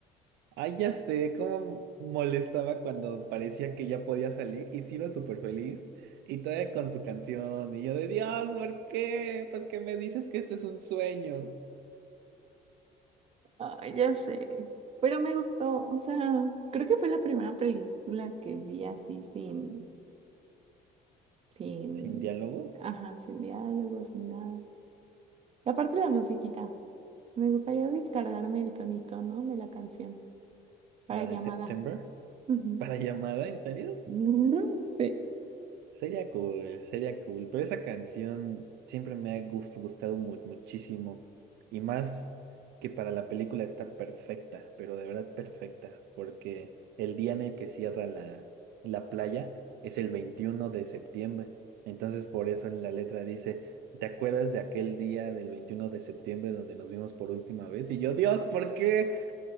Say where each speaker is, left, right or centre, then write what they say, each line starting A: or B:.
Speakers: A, on the right; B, on the right.
A: Ay, ya sé cómo molestaba cuando parecía que ya podía salir y se iba súper feliz y todavía con su canción y yo de Dios, ¿por qué? ¿Por qué me dices que esto es un sueño?
B: Ay, ya sé, pero me gustó, o sea, creo que fue la primera película que vi así sin, sin,
A: Sin diálogo,
B: ajá, sin diálogos ni nada. Y aparte la musiquita, me gustaría descargarme el tonito, ¿no? De la canción para
A: la
B: llamada.
A: de September,
B: Ujú.
A: para llamada, ¿en serio?
B: <laughs> Sí,
A: Sería cool, sería cool, pero esa canción siempre me ha gus- gustado mu- muchísimo y más que para la película está perfecta, pero de verdad perfecta, porque el día en el que cierra la, la playa es el 21 de septiembre, entonces por eso en la letra dice, ¿te acuerdas de aquel día del 21 de septiembre donde nos vimos por última vez? Y yo, Dios, ¿por qué?